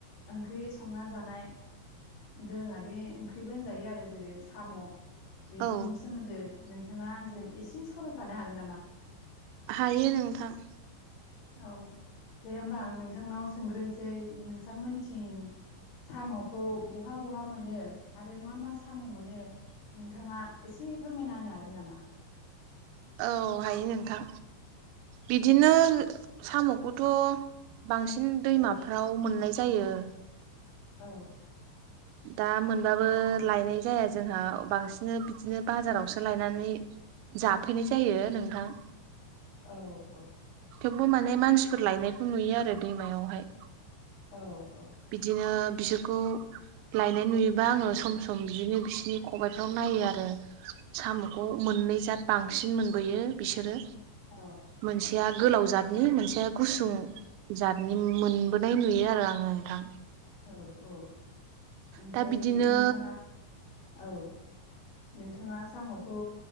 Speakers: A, on the left; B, on the right.
A: ओंख्रि संना जानाय दोरोङारि ओंख्रिबो होनजायो आरो जेरै साम' बेफोरनि
B: औ
A: सोमोन्दो नोंथाङा आंजों एसे सावरायफानो हागोन नामा?
B: हायो नोंथां।
A: औ दे होमबा आं नोंथांनाव सोंग्रोनोसै नोंसांमोनथिं साम'खौ बहा बहा मोनो आरो मा मा साम' मोनो? नोंथाङा एसे फोरमायना होनो हागोन नामा?
B: औ हायो नोंथां। बिदिनो साम'खौथ' बांसिन
A: ओमफाय
B: दैमाफ्राव मोननाय जायो।
A: औ।
B: दा मोनबाबो लायनाय जाया जोंहा बांसिन बिदिनो बाजारावसो लायनानै जाफैनाय जायो नोंथां।
A: औ औ।
B: थेवबो माने मानसिफोर लायनायखौ नुयो आरो दैमायावहाय।
A: औ औ।
B: बिदिनो बिसोरखौ लायनाय नुयोबा आङो सम सम बिदिनो बिसिनि खबाइफ्राव नायो आरो साम'खौ मोननै जाद बांसिन मोनबोयो बिसोरो।
A: औ।
B: मोनसेया गोलाव जाथनि मोनसेया गुसुं जाथनि मोनबोनाय नुयो आरो आङो। थां।
A: औ औ ओमफाय
B: दा बिदिनो
A: नोंथाङा औ। नोंथाङा साम'खौ